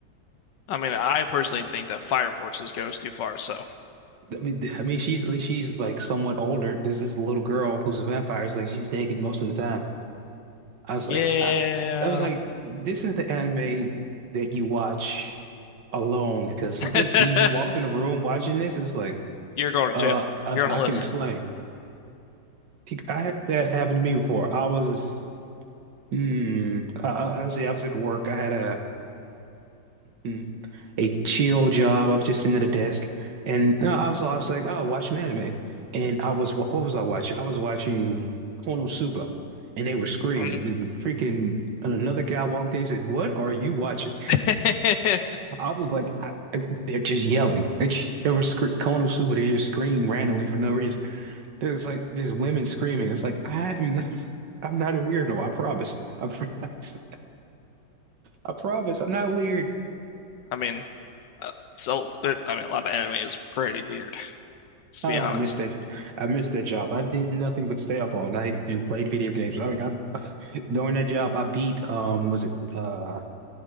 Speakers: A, on the left; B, on the right.
A: I mean, I personally think that Fire Forces goes too far, so
B: I mean, I mean, she's at least she's like somewhat older. This is a little girl who's a vampire. It's like she's naked most of the time. I was
A: yeah,
B: like, I, I was like, this is the anime that you watch alone because someone
A: <laughs>
B: sees you walk in a room watching this. It's like,
A: you're going to
B: uh,
A: jail.
B: I,
A: You're on a
B: I
A: list.
B: can explain. I had that happen to me before. I was, hmm, I, I I say I was at work. I had a, uh, a chill job. I was just sitting at a desk, and uh, also I was like, oh, watch some anime. And I was wa- what was I watching? I was watching Konosuba, and they were screaming.
A: Mm-hmm.
B: And freaking another guy walked in and said, "What are you watching?"
A: <laughs>
B: I was like, I, I- "They're just yelling. <laughs> They were scre Konosuba. They just scream randomly for no reason. There's like there's women screaming. It's like I am, <laughs> I'm not a weirdo. I promise. I <laughs> promise. I promise. I'm not weird."
A: I mean, uh, so there, I mean, a lot of anime is pretty weird, to
B: Uh,
A: be honest.
B: I missed that. I missed that job. I did nothing but stay up all night and played video games. I, I <laughs> during that job, I beat um, was it uh,